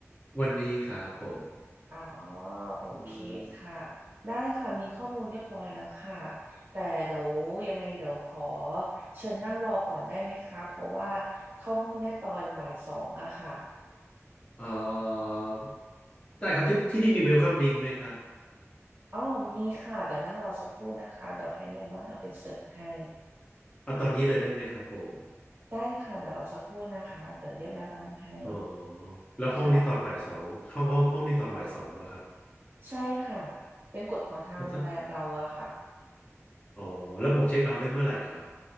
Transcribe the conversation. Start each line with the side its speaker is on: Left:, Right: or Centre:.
Left: วันนี้ครับผม
Right: อ๋อโอเคค่ะ
Left: อืม
Right: ได้ค่ะมีข้อมูลเรียบร้อยแล้วค่ะแต่เดี๋ยวยังไงเดี๋ยวขอเชิญนั่งรอก่อนได้ไหมคะเพราะว่าเข้าห้องได้ตอนบ่ายสองอะค่ะ
Left: เอ่อได้ครับที่ที่นี่มีเวลคัมดิงไหมครับ
Right: อ๋อมีค่ะ เดี๋ยวนั่งรอสักครู่นะคะ เดี๋ยวให้แม่บ้านเอาไปเสิร์ฟให้
Left: เอาตอนนี้เลยได้ไหมครับผม
Right: ได้ค่ะเดี๋ยวรอสักครู่นะคะ เดี๋ยวเรียกแม่บ้านให้
Left: อ๋อแล้วห้องนี้ตอนบ่ายสองห้องห้องห้องนี้ตอนบ่ายสองแล้วครับ
Right: ค่ะ ใช่ค่ะ เป็นกฎของทางโรงแรมเราอะค่ะ
Left: แล้วถ้าอ๋อแล้วผมเช็คเอาท์ได้เมื่อไหร่ครับ